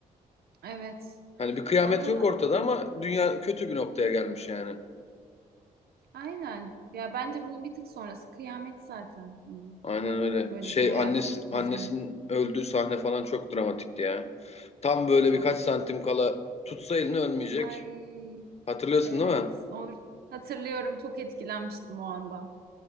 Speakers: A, on the right; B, on the left.
A: Evet.
B: Hani bir kıyamet
A: O da
B: yok ortada ama dünya kötü bir noktaya gelmiş yani.
A: aynen. Ya bence bunun bir tık sonrası kıyamet zaten. Hani
B: Aynen öyle.
A: böyle
B: Şey
A: bir hayat
B: annesi, annesinin
A: düzeni
B: öldüğü sahne falan çok dramatikti ya. Tam böyle
A: çok.
B: birkaç santim kala tutsa elini ölmeyecek.
A: Ay,
B: Hatırlıyorsun
A: evet.
B: değil mi?
A: Or hatırlıyorum. Çok etkilenmiştim o anda.